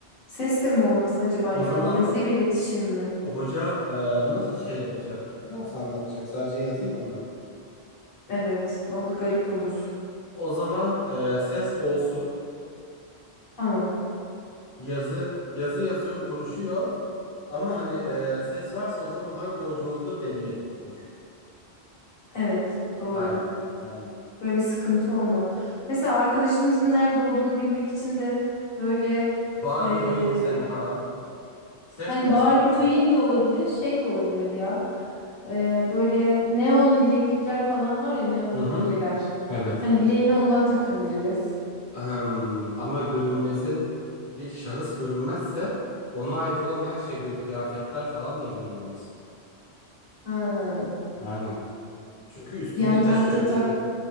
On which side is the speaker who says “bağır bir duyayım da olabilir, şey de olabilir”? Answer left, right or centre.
Left